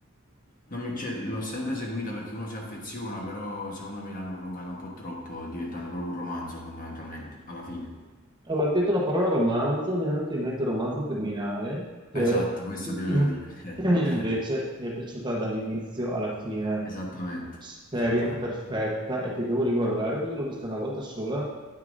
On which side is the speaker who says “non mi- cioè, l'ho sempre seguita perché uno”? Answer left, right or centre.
Left